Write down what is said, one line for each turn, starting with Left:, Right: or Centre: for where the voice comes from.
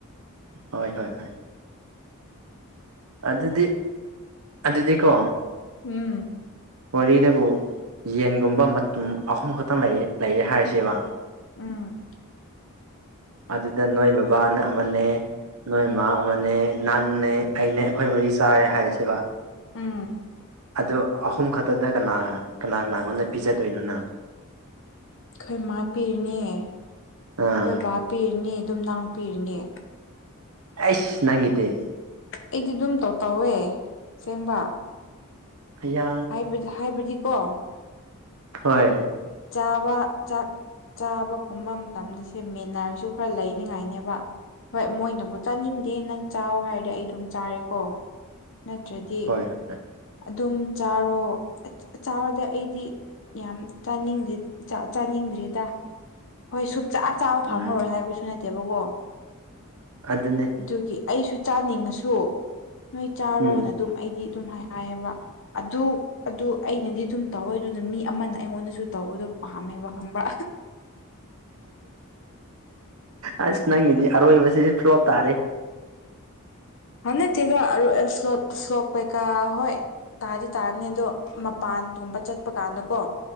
Right: ꯍꯣꯏ ꯍꯣꯏ ꯍꯣꯏ ꯑꯗꯨꯗꯤ ꯑꯗꯨꯗꯤꯀꯣ
Left: ꯎꯝ
Right: ꯋꯥꯔꯤꯗꯕꯨ ꯌꯦꯟꯒꯨꯝꯕ ꯃꯇꯨꯝ ꯑꯍꯨꯝ ꯈꯛꯇꯪ ꯂꯩꯔꯦ ꯍꯥꯏꯔꯁꯦꯕ
Left: ꯎꯝ
Right: ꯑꯗꯨꯗ ꯅꯣꯏ ꯕꯕꯥꯅ ꯑꯃꯅꯦ ꯅꯣꯏ ꯏꯃ ꯑꯃꯅꯦ ꯅꯪꯅꯦ ꯑꯩꯅꯦ ꯑꯩꯈꯣꯏ ꯃꯔꯤ ꯆꯥꯔꯦ ꯍꯥꯏꯔꯁꯦꯕ
Left: ꯎꯝ
Right: ꯑꯗꯨ ꯑꯍꯨꯝ ꯈꯛꯇꯗ ꯀꯅꯥ ꯀꯅꯥ ꯀꯅꯥꯉꯣꯟꯗ ꯄꯤꯖꯗꯣꯏꯅꯣ ꯅꯪ
Left: ꯑꯩꯈꯣꯏ ꯏꯃꯥ ꯄꯤꯔꯅꯦ ꯑꯩꯈꯣꯏ
Right: ꯑꯥ
Left: ꯕꯥ ꯄꯤꯔꯅꯤ ꯑꯗꯨꯝ ꯅꯪ ꯄꯤꯔꯅꯦ
Right: ꯑꯁ ꯅꯪꯒꯤꯗꯤ
Left: ꯑꯩꯗꯤ ꯑꯗꯨꯝ ꯇꯧ ꯇꯧꯋꯦ ꯁꯦꯡꯕ
Right: ꯑꯌꯥ
Left: ꯍꯥꯏꯕꯗꯤ ꯍꯥꯏꯕꯗꯤꯀꯣ
Right: ꯍꯣꯏ
Left: ꯆꯥꯕ ꯆꯥꯛ ꯆꯥꯕ ꯀꯨꯝꯕ ꯃꯇꯝꯗꯁꯦ ꯃꯦꯟꯅꯔꯁꯨ ꯈꯔ ꯂꯩꯅꯤꯉꯥꯏꯅꯦꯕ ꯍꯣꯏ ꯃꯣꯏꯅꯕꯨ ꯆꯥꯅꯤꯡꯗꯦ ꯅꯪ ꯆꯥꯎ ꯍꯥꯏꯔꯗꯤ ꯑꯩ ꯑꯗꯨꯝ ꯆꯥꯔꯦꯀꯣ ꯅꯠꯇ꯭ꯔꯗꯤ
Right: <unintelligible>
Left: ꯑꯗꯨꯝ ꯆꯥꯔꯣ ꯆꯥꯔꯣꯗ ꯑꯩꯗꯤ ꯌꯥꯝ ꯆꯥꯅꯤꯡꯗꯦ ꯆꯥꯅꯤꯡꯗ꯭ꯔꯤꯗ ꯍꯣꯏ ꯁꯨꯡꯆꯥꯥ ꯆꯥꯕ ꯐꯪꯉꯔꯣꯏ
Right: ꯎꯝ
Left: ꯍꯥꯏꯕꯁꯨ ꯅꯠꯇꯦꯕꯀꯣ
Right: ꯑꯗꯨꯅꯦ
Left: ꯑꯗꯨꯒꯤ ꯑꯩꯁꯨ ꯆꯥꯅꯤꯡꯉꯁꯨ ꯅꯣꯏ ꯆꯥꯔꯣꯅ
Right: ꯎꯝ
Left: ꯑꯗꯨꯝ ꯑꯩꯗꯤ ꯑꯗꯨꯝ ꯍꯥꯏ ꯍꯥꯏꯌꯦꯕ ꯑꯗꯨ ꯑꯗꯨ ꯑꯩꯅꯗꯤ ꯑꯗꯨꯝ ꯇꯧꯋꯦ ꯑꯗꯨꯅ ꯃꯤ ꯑꯃꯅ ꯑꯩꯉꯣꯟꯗꯁꯨ ꯇꯧꯕꯗꯣ ꯄꯥꯝꯃꯦꯕ ꯈꯪꯕ꯭ꯔ
Right: ꯑꯁ ꯅꯪꯒꯤꯗꯤ ꯑꯔꯣꯏꯕꯁꯤ ꯐ꯭ꯂꯣꯞ ꯇꯥꯔꯦ
Left: ꯅꯠꯇꯦꯗ ꯑꯔꯣꯏ ꯐꯣꯠ ꯐꯣꯞ ꯀꯩꯀ ꯍꯣꯏ ꯇꯥꯗꯤ ꯇꯥꯔꯝꯅꯤ ꯑꯗꯣ ꯃꯄꯥꯟꯒꯨꯝꯕ ꯆꯠꯄ ꯀꯥꯟꯗꯀꯣ